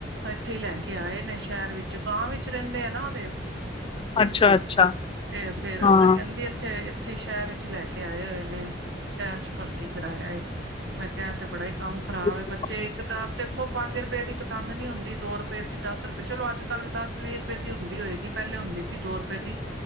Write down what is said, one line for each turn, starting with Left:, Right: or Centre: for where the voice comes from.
Right: ਇੱਥੇ ਹੀ ਲੈ ਕੇ ਆਏ ਨੇ ਸ਼ਹਿਰ ਵਿੱਚ ਗਾਂਵ ਵਿੱਚ ਰਹਿੰਦੇ ਆ ਨਾ ਉਹਦੇ। ਪੇਕੇ
Left: ਅੱਛਾ-ਅੱਛਾ,
Right: ਤੇ ਫੇਰ ਉਹ
Left: ਹਾਂ।
Right: ਕਹਿੰਦੀ ਇੱਥੇ। ਉੱਥੇ ਸ਼ਹਿਰ ਚ ਲੈ ਕੇ ਆਏ ਹੋਏ ਨੇ ਸ਼ਹਿਰ ਚ ਭਰਤੀ ਕਰਾਇਆ ਮੈਂ ਕਿਹਾ ਤੇ। ਬੜਾ ਹੀ ਕੰਮ ਖ਼ਰਾਬ
Left: ਹੂੰ,
Right: ਏ ਬੱਚੇ ਇੱਕ ਤਾਂ ਆਪਦੇ। ਉੋਹ ਪੰਜ ਰੁਪਏ ਦੀ ਪਤੰਗ ਨੀ ਨਹੀਂ ਹੁੰਦੀ ਦੋ ਰੁਪਏ ਦੀ ਦਸ ਰੁਪਏ ਚਲੋ ਅੱਜ ਕੱਲ ਦਸ ਵੀਹ ਰੁਪਏ ਦੀ ਹੁੰਦੀ ਹੋਏਗੀ। ਪਹਿਲੇ ਹੁੰਦੀ ਸੀ ਦੋ ਰੁਪਏ ਦੀ